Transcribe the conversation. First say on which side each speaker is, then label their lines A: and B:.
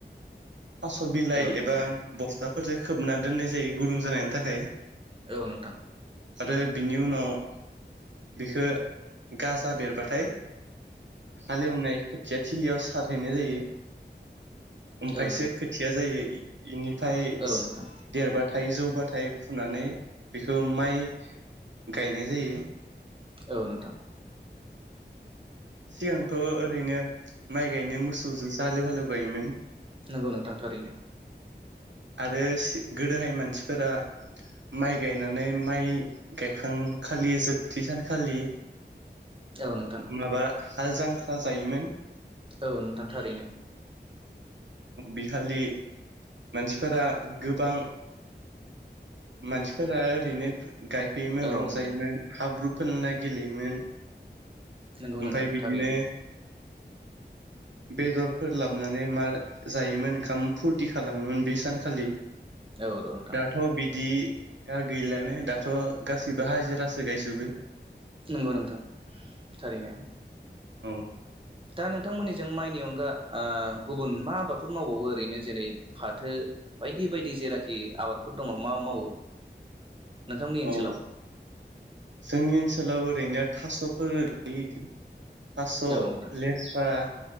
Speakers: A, on the right; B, on the right.
A: थास' बिलाइ
B: औ नोंथां
A: एबा बस्थाफोरजों खोबना दोननाय जायो गुदुं जानायनि थाखाय।
B: औ नोंथां औ नोंथां
A: आरो बिनि उनाव बिखो गाजा बेरबाथाय हालेवनाय खोथिया थिलियाव सारहैनाय जायो। ओमफायसो
B: औ
A: खोथिया जायो इनिफाय
B: नोंथां
A: सो देरबा थाइ जौ बाथाय फुनानै बेखो माइ गायनाय जायो।
B: औ नोंथां।
A: सिगांथ' ओरैनो माइ गायनो मोसौजोसो हालेव हालेव गायोमोन।
B: नोंगौ नोंथां थारैनो।
A: आरो सि गोदोहाय मानसिफोरा माइ गायनानै माइ गायखांखालि जोबथि सानखालि
B: औ नोंथां।
A: माबा हाल जांख्रा जायोमोन।
B: औ नोंथां थारैनो।
A: बिखालि मानसिफोरा गोबां मानसिफोरा ओरैनो फो गायफैयोमोन
B: औ
A: रंजायोमोन
B: नोंथां
A: हाब्रु फोनना गेलेयोमोन।
B: नोंगौ
A: ओमफ्राय
B: नोंथां
A: बिदिनो
B: थारैनो।
A: बेदरफोर लाबनानै मार जायोमोन ओंखाम फुरथि खालामोमोन बे सानखालि।
B: औ औ नोंथां
A: दाथ' बिदि दा गैलानो दाथ' गासैबो हाजिरासो गायजोबो।
B: नंगौ नोंथां थारैनो।
A: औ
B: दा नोंथांमोननिजों माइनि अनगा ओ गुबुन मा आबादफोर मावबावो ओरैनो जेरै फाथो बायदि-बायदि जेनाखि आबादफोर दङ मा मावो?
A: <inaudible>
B: नोंथांमोननि ओनसोलाव?
A: औ जोंनि ओनसोलाव ओरैनो थास'फोर <inaudible> थास'
B: औ नोंथां
A: लेस्रा